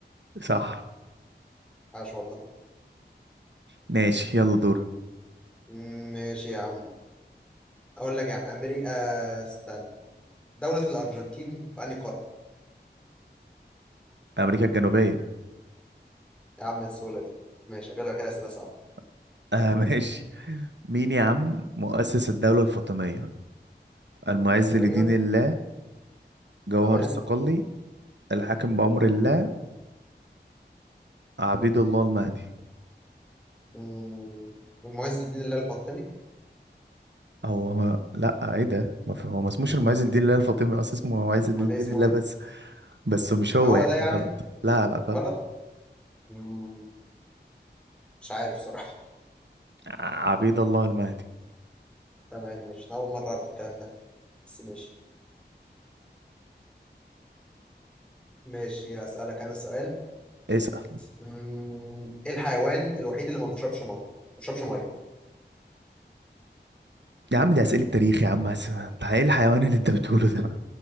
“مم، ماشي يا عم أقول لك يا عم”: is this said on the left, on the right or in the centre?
Centre